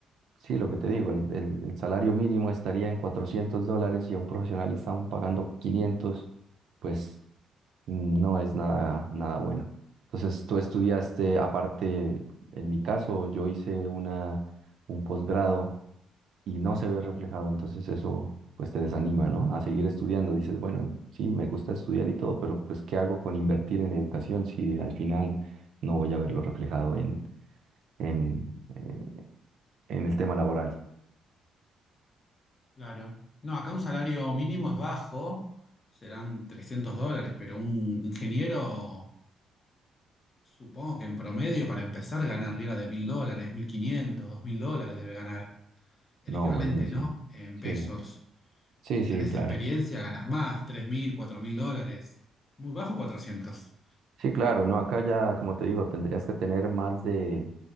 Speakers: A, on the right; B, on the left.
A: sí, lo que te digo, el, el- el salario mínimo estaría en 400 dólares y a un profesional le estaban pagando quinientos pues no es nada, nada bueno. Entonces, tú estudiaste, aparte, en mi caso, yo hice una, un posgrado y no se ve reflejado, entonces eso pues te desanima, ¿no? A seguir estudiando. Dices, bueno, sí, me gusta estudiar y todo, pero pues ¿qué hago con invertir en educación si al final no voy a verlo reflejado en, en, eh, en el tema laboral?
B: Claro. No, acá un salario mínimo es bajo, serán 300 dólares, pero un ingeniero, supongo que en promedio, para empezar, gana arriba de 1000 dólares, mil quinientos, dos mil dólares debe ganar. El
A: No,
B: equivalente,
A: buenísimo.
B: ¿no? En
A: Sí,
B: pesos.
A: sí,
B: Y si
A: sí,
B: tenés
A: claro.
B: experiencia, ganas más, tres mil, cuatro mil dólares. Muy bajo, 400.
A: Sí, claro, no, acá ya, como te digo, tendrías que tener más de